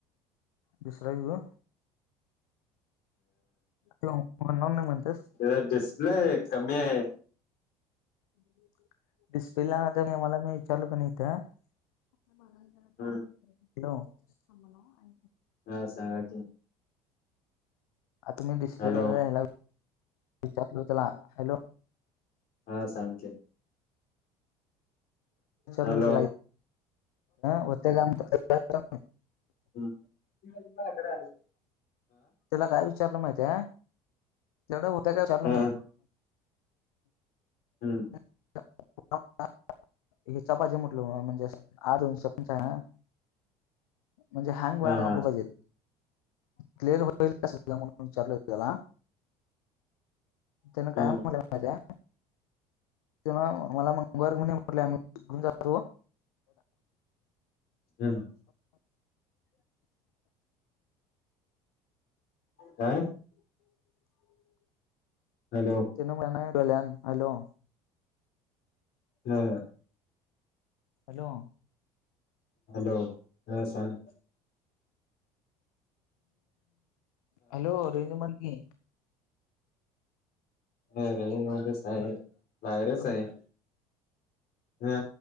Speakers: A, on the left; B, on the left.
A: दुसरा घेऊ का. ते म्हणणार नाही म्हणतस
B: ह डिस्प्ले कमी आहे.
A: <unintelligible> डिस्प्ले ला मी त्याला मी विचारल हित हॅलो.
B: हं.
A: थांबा ना हो ऐका.
B: काय सांगायचं.
A: आता मी डिस्प्लेला
B: हॅलो
A: यायला <unintelligible> विचारलो त्याला हॅलो.
B: हा सांगितले.
A: विचारलो
B: हॅलो.
A: त्याला होत्या काय
B: ह ती म्हटली माया कड आली.
A: त्याला काय विचारलं महितीय? तेवढ्या होत्या काय विचारलं
B: हा
A: मी.
B: हम्म.
A: <unintelligible> हे च पाहिजे म्हटल म्हणजे आ <unintelligible> आहे ना. म्हणजे हँग व्हायला
B: हा
A: नको पाहिजे क्लिअर होईल म्हणून विचारल ‌होत. त्याला त्यान काय
B: ह
A: म्हटलं माहितेय? ते ना मला मंगळवार म्हणे म्हटले आम्ही घेऊन जातो.
B: हम्म. हा अ.
A: <unintelligible>
B: हॅलो.
A: तिनं म्हणल्या हॅलो.
B: हॅलो.
A: हॅलो.
B: हॅलो, हा सांग.
A: हॅलो रेंज मधे ये.
B: अ रेंज मध्येच आहे बाहेरच
A: हॅलो
B: आहे. ह